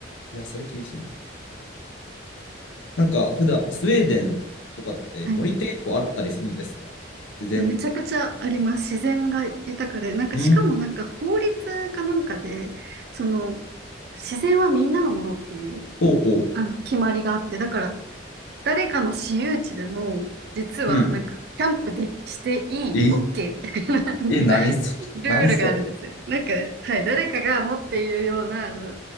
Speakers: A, on the left; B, on the right.
A: や、それ厳しいな。なんか、普段、スウェーデンとかって森って結構あったりするんですか自然豊かさ。
B: はい。めちゃくちゃあります。自然が豊かで。なんか、
A: うん。
B: しかもなんか法律かなんかで、その、自然はみんなのものっていう、
A: ほうほう。
B: あの、決まりがあって、だから、誰かの私有地でも、実はなんか、
A: うん。
B: キャンプでしていい、
A: え、
B: OK みたいな、<laughs> あの、
A: え、何それ何それ
B: ルールがあるんですよ。なんか、はい。誰かが持っているような、あの、